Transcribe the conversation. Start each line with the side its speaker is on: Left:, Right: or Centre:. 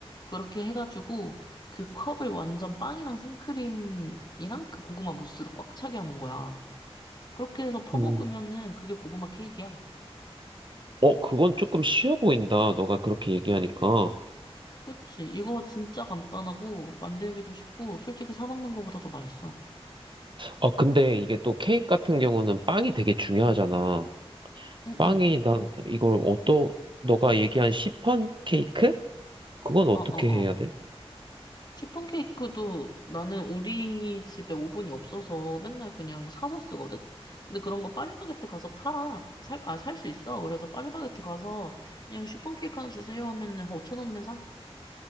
Left: 그렇게 해가지고 그 컵을 완전 빵이랑 생크림이랑 그 고구마 무스로 꽉 차게 하는 거야. 그렇게 해서 퍼먹으면은
Right: 음.
Left: 그게 고구마 케이크야.
Right: 어, 그건 조금 쉬워 보인다. 너가 그렇게 얘기하니까.
Left: 그치? 이거 진짜 간단하고 만들기도 쉽고 솔직히 사 먹는 거보다 더 맛있어.
Right: 어, 근데 이게 또 케이크 같은 경우는 빵이 되게 중요하잖아.
Left: 응응.
Right: 빵이, 난 이걸 어떠, 너가 얘기한 시폰 케이크? 그건 어떻게
Left: 어어어.
Right: 해야 돼?
Left: 시폰 케이크도 나는 우리 집에 오븐이 없어서 맨날 그냥 사서 쓰거든? 근데 그런 거 파리바게뜨 가서 팔아. 살, 아, 살 수 있어. 그래서 파리바게뜨 가서 그냥 시폰 케이크 하나 주세요 하면은 한 5천 원이면 사.